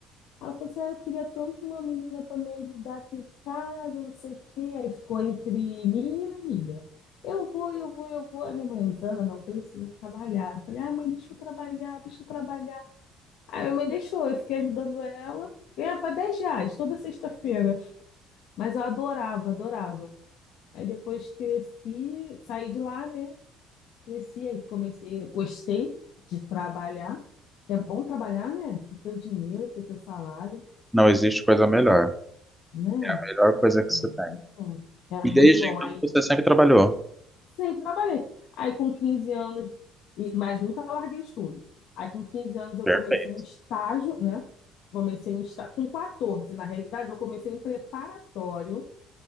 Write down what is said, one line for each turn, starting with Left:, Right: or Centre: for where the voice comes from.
Left: Ela falou assim: ah, eu queria tanto uma menina para me ajudar aqui em casa, não sei o quê. Aí ficou entre mim e minha amiga. Eu vou, eu vou, eu vou. A minha mãe, Zana, não precisa trabalhar. Eu falei: ai, mãe, deixa eu trabalhar, deixa eu trabalhar. Aí minha mãe deixou, eu fiquei ajudando ela. Ganhava 10 reais toda sexta-feira. Mas eu adorava, adorava. Aí depois cresci, saí de lá, né? Cresci, aí comecei, gostei de trabalhar. É bom trabalhar, né? Ter teu dinheiro, ter teu salário,
Centre: Não existe coisa melhor.
Left: né?
Centre: A melhor coisa que
Left: É
Centre: você
Left: muito
Centre: tem.
Left: bom. É
Centre: E
Left: muito
Centre: desde
Left: bom.
Centre: então
Left: Aí
Centre: você sempre trabalhou.
Left: sempre trabalhei. Aí com 15 anos, e- mas nunca larguei estudo. Aí com 15 anos eu
Centre: Perfeito.
Left: comecei um estágio, né? Comecei um estágio com 14, na realidade, eu comecei em preparatório